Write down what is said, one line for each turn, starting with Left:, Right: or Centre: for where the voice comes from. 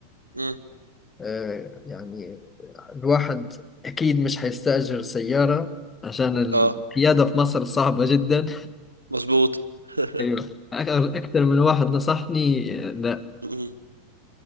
Right: مم.
Left: آه، يعني الواحد اكيد مش حيستأجر سيارة عشان القيادة
Right: اه
Left: في مصر صعبة جدا
Right: مظبوط <laughs>
Left: ايوه أك- اكتر من واحد نصحني آه، لا
Right: مم.